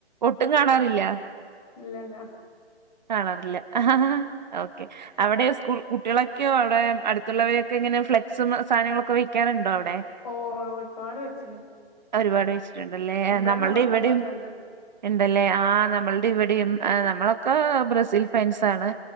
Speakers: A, on the right; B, on the left.
A: ഒട്ടും കാണാറില്ല
B: ഇല്ല ല്ല
A: കാണാറില്ല ഓക്കെ അവടെ സ്കൂ കുട്ടികളൊക്കെയോ അവിടെ അടുത്തുള്ളവരൊക്കെ ഇങ്ങനെ ഫ്ലക്സും സാധനങ്ങളൊക്കെ വെക്കാറുണ്ടോ അവിടെ
B: ഓഹ് ഒരുപാട് വെച്ച്ണ്
A: ഒര്പാട് വെച്ച് ണ്ടല്ലേ
B: ഒമ്പേണ്ണോ
A: നമ്മള്ടെ
B: പത്തെണ്ണൊക്കെ
A: ഇവടിം
B: ഇണ്ട്
A: ഇണ്ടല്ലേ ആഹ് നമ്മൾ അത് ഇവടീം ഏ നമ്മളൊ ക്കേ ബ്രസീൽ ഫാൻസാണ്